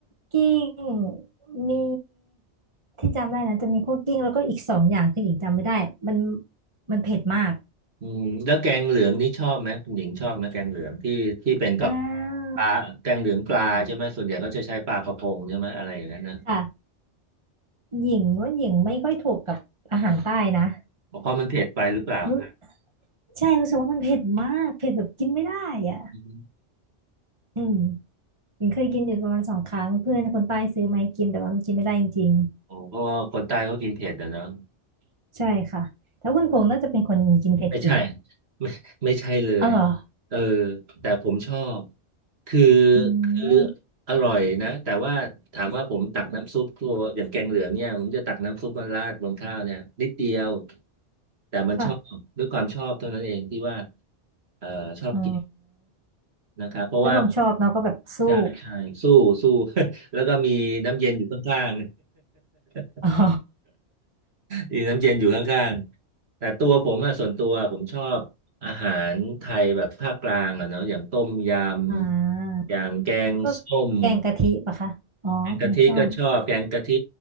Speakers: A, on the right (about 25°); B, on the right (about 60°).
A: กิ้งมีที่จำได้นะจะมีคั่วกิ้งแล้วก็อีกสองอย่างคือหญิงจำไม่ได้มันมันเผ็ดมาก
B: อืมแล้วแกงเหลืองนี่ชอบไหมคุณหญิงชอบไหมแกงเหลืองที่ที่เป็นกับ
A: อ่า
B: ปลาแกงเหลืองปลาใช่ไหมส่วนใหญ่เขาจะใช้ปลากระพงใช่ไหมอะไรอย่างนั้นนะ
A: ค่ะ หญิงว่าหญิงไม่ค่อยถูกกับอาหารใต้นะ
B: เพราะมันเผ็ดไปหรือเปล่าครับ
A: รู้ใช่รู้สึกว่ามันเผ็ดมากเผ็ดแบบกินไม่ได้อ่ะ
B: อม
A: อืมหญิงเคยกินอยู่ประมาณสองครั้งเพื่อนคนใต้ซื้อมาให้กินแต่ว่ามันกินไม่ได้จริง
B: โอเพราะว่าคนใต้เขากินเผ็ดอะเนาะ
A: ๆ ใช่ค่ะแต่คุณพงษ์น่าจะเป็นคนกินเผ็ดเก่ง
B: ไม่ใช่ไม่ไม่ใช่เลย
A: อ๋อเหรอ
B: เออแต่ผมชอบคือ
A: อืม
B: คืออร่อยนะแต่ว่าถามว่าผมตักน้ำซุปตัวอย่างแกงเหลืองเนี่ยผมจะตักน้ำซุปมาราดบนข้าวเนี่ยนิดเดียวแต่มันชอบด้วยความชอบเท่านั้นเองที่ว่า
A: ค่ะ
B: เออชอบกิน
A: อ๋อ
B: นะครับเพราะว่า
A: ด้วยความชอบเนาะก็แบบสู้
B: ใช่ใช่สู้สู้ <laughs> แล้วก็มีน้ำเย็นอยู่ข้างๆ
A: <laughs> อ๋อ
B: อีน้ำเย็นอยู่ข้างๆแต่ตัวผมอะส่วนตัวผมชอบอาหารไทยแบบภาคกลางอะเนาะอย่างต้มย
A: อ่
B: ำอย่างแกงส้ม
A: าพวกแกงกะทิปะคะอ๋อแกงส้ม
B: แกงกะทิก็ชอบแกงกะทิ